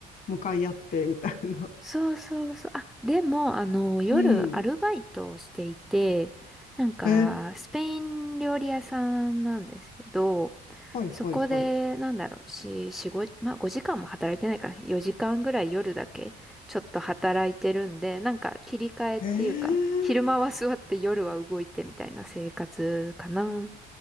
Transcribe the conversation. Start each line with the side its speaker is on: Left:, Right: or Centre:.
Left: 向かい合ってみたいな。
Centre: そうそうそう。あ、でも、あの、夜アルバイトをしていて、
Left: うん。
Centre: なんか、
Left: え、
Centre: スペイン料理屋さんなんですけど、
Left: はいはいはい。
Centre: そこで、なんだろう、し、しごまあ、5時間も働いてないかな。4時間ぐらい夜だけ、ちょっと働いてるんで、なんか、切り替えっていうか、
Left: えー
Centre: 昼間は座って夜は動いてみたいな生活かな。